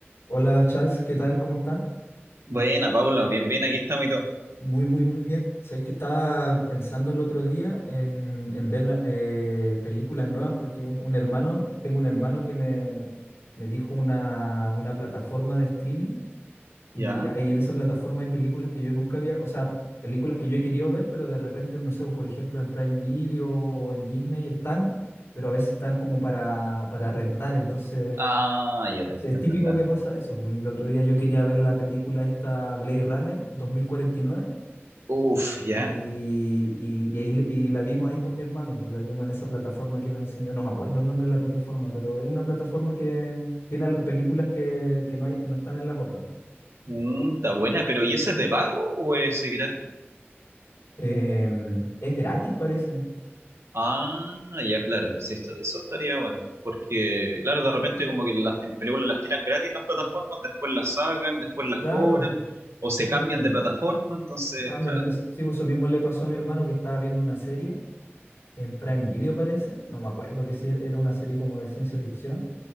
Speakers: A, on the left; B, on the right.
A: Hola Charles, ¿qué tal? ¿Cómo está?
B: Buena, Pablo, bien, bien, aquí estamos y todo.
A: Muy, muy, muy bien. Sabéis que estaba pensando el otro día en, en ver eh, películas nuevas porque un, un hermano, tengo un hermano que me, me dijo una, una plataforma de streaming y,
B: ¿Ya?
A: y en esa plataforma hay películas que yo nunca había, o sea, películas que yo he querido ver, pero de repente, no sé, por ejemplo, en Prime Video o en Disney están, pero a veces están como para, para rentar, entonces...
B: Ah, ya te
A: Sí,
B: entiendo,
A: es típico
B: claro.
A: que pasa eso. pues, El otro día yo quería ver la película esta Blade Runner 2049
B: Uf, ya.
A: y, nueve y, y y ahí, le- y la vimos ahí con mi hermano. pues, La vimos en esa plataforma que me enseñó. No me acuerdo el nombre de la plataforma, pero es una plataforma que tiene al- películas que, que no hay, no están en las otras.
B: Mm, está buena, pero ¿y ese es de pago o es gratis?
A: Em, es gratis, parece.
B: Ah, ya, claro. Sí, esto, eso estaría bueno. Porque, claro, de repente como que las t- películas las tiran gratis en las plataformas, después las sacan, después las
A: Claro,
B: cobran, o se
A: sí,
B: cambian
A: pues,
B: de plataforma, entonces,
A: se cambia.
B: claro.
A: Es- sí, pues, eso mismo le pasó a mi hermano que estaba viendo una serie en Prime Video, parece. No me acuerdo que si era una serie como de ciencia ficción.